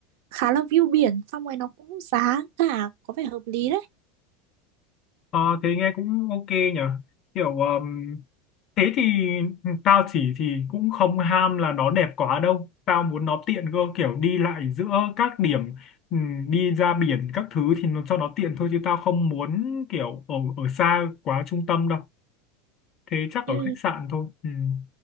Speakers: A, on the right; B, on the left.
A: khá là view biển xong rồi nó cũng giá cả có vẻ hợp lý đấy
B: Ờ, thế nghe cũng ok nhỉ kiểu ờm, thế thì tao chỉ thì cũng không ham là nó đẹp quá đâu tao muốn nó tiện cơ kiểu đi lại giữa các điểm ừm, đi ra biển các thứ thì nó cho nó tiện thôi chứ tao không muốn kiểu ở ở xa quá trung tâm đâu thế chắc ở
A: Ừ,
B: khách sạn thôi Ừm,